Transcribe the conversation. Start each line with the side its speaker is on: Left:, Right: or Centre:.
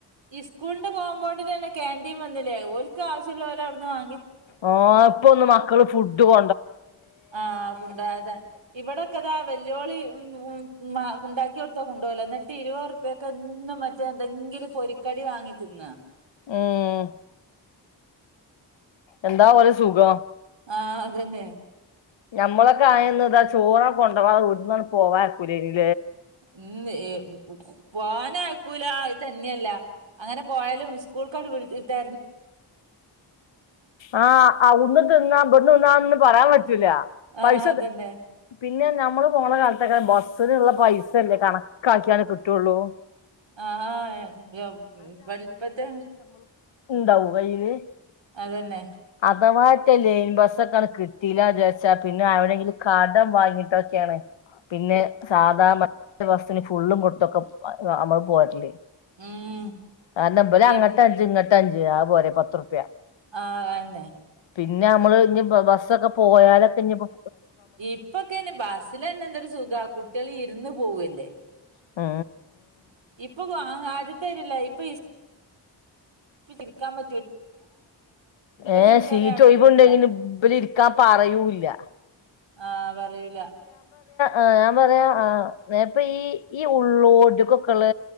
Right: ഇസ്കൂളിന്റെ കോമ്പൗണ്ടിലെന്നെ കേന്റീൻ വന്ന്ലെ ഓൽ ക്ക് ആവശ്യല്ലോലെ അവ്ട്ന്ന് വാ
Left: ഓ ഇപ്പൊന്നും മക്കള് ഫുഡ് കൊ
Right: ആ കൊണ്ടോകാതെ ഇവിടെക്കെതാ വെല്ല്യോള് ഉം ഹും ഉമാ ഇണ്ടാക്കിട്ത്താ കൊണ്ടോവൂല എന്നിട്ട് ഇരുവർപ്പ്യക്കെന്നും മറ്റേ എന്തെങ്കിലും പൊരി കടി വാങ്ങിത്തിന്നാ
Left: ഉം എന്താ ഓലസുഖം
Right: ആ അതന്നെ
Left: ഞമ്മളൊക്കെ ആയന്ന്താ ചോറാ കൊണ്ടാകാതെ വീട്ട്ന്നാ പോകായ്കൂലീനിം
Right: ഉം ഏ പോവാനാ അയ‌ക്കൂല തന്നെയല്ല അങ്ങനെ പോയാലും സ്കൂൾക്കട് വിട് തെ
Left: ആ അഹുട്ന്ന് തിന്ന ഇബട്ന്ന് തിന്നാ ന്നൊന്നും പറയാൻ പറ്റൂല
Right: ആഹ്
Left: പൈസ
Right: അതന്നെ
Left: ത പിന്നെ നമ്മള് പോണ കാൽത്തൊക്കെ ബസ്സ്‌ന്ള്ള പൈസല്ലെ കണക്കാക്യാണ് കിട്ടോള്ളൂ
Right: ആ എന്ത്യ ഉം ബല്പത്തെ
Left: ണ്ടാവു അയിന്
Right: അതന്നെ
Left: തവാറ്റേ ലെയിൻ ബസ്സൊക്കാണ് കിട്ടീല്ലാജാര്ച്ച പിന്നെ ആരോടെങ്കിലും കടം വാങ്ങിട്ടൊക്കെണ് പിന്നെ സാധാ മറ്റ് ബസ്സ്ന് ഫുള്ളും കൊടുത്തൊക്കെ അ അമ്മള് പോര്ല്
Right: ഉം
Left: കാര്ണം ഇബല്
Right: ഈ
Left: അങ്ങട്ട് അഞ്ച് ഇങ്ങ ത്തഞ്ച് ആ പോരെ പത്ത്ർപ്യ
Right: ആ തന്നെ
Left: പിന്നെ മ്മള് ഇഞ്ഞ് ഇപ്പ ബസ്സൊക്കെ പോയാലൊക്കെ ഇഞ്ഞിപ്പം
Right: ഇപ്പക്കെന് ബസ്സിലെന്നെ എന്തെര് സുഖവാ കുട്ടികള് ഇര്ന്ന്- പോവ് ല്ലേ
Left: ആ
Right: ഇപ്പൊ പൊ ആദ്യത്താര്യല്ല ഇപ്പ സ്- ഇപ്പ് ചിരിക്കാൻ പ
Left: ഏ
Right: ഇരിക്കാണെ
Left: സീറ്റ്
Right: അവിടെ
Left: ഒഴവുണ്ടെങ്കിലും
Right: ഇരിക്കുക
Left: ഇബ് ല് ഇര് ക്കാൻ പറയൂല്ല
Right: ആ പറയൂല
Left: ആ ഞാൻ പറയ് ആ മേപ്പ് ഈ ഈ ഉള്ളോട്ട്ക്കൊക്കെള്ള